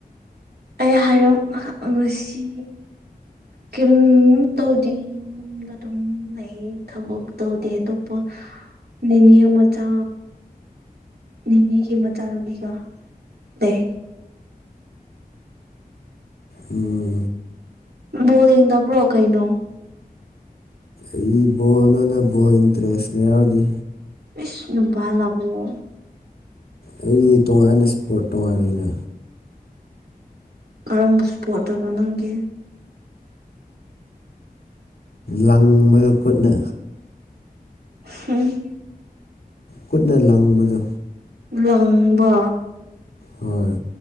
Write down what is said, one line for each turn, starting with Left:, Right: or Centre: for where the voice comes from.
Right: ꯑꯩ ꯍꯥꯏꯔꯤꯕ ꯉꯁꯤ ꯀꯝ ꯇꯧꯗꯤ ꯌꯨꯝꯗ ꯑꯗꯨꯝ ꯎ ꯑꯩ ꯊꯕꯛ ꯇꯧꯗꯦ ꯑꯇꯣꯞꯄ ꯅꯅꯤꯅꯦ ꯃꯆꯥ ꯅꯤꯅꯤꯒꯤ ꯃꯆꯥꯅꯨꯄꯤꯒ ꯂꯩ
Left: ꯎꯝ
Right: ꯕꯣꯜꯗꯤꯡꯗꯕꯔꯣ ꯀꯏꯩꯅꯣ
Left: ꯑꯩ ꯕꯣꯜꯅꯗ ꯕꯣꯜ ꯏꯟꯇꯔꯦꯁ ꯂꯩꯌꯥꯎꯔꯗꯤ
Right: ꯏꯁꯁꯅ ꯅꯨꯄꯥꯜꯂꯕꯨꯣ
Left: ꯑꯩꯒꯤ ꯇꯣꯉꯥꯟꯅ ꯏꯁꯄꯣꯔꯠ ꯇꯣꯉꯥꯟꯅ
Right: ꯀꯔꯝꯕ ꯏꯁꯄꯣꯠꯇꯅꯣ ꯅꯪꯒꯤ
Left: ꯂꯪꯕꯗ ꯈꯨꯠꯅ
Right: ꯍꯨꯝ
Left: ꯈꯨꯠꯅ ꯂꯪꯕꯗꯣ
Right: ꯂꯪꯕ
Left: ꯍꯣꯏ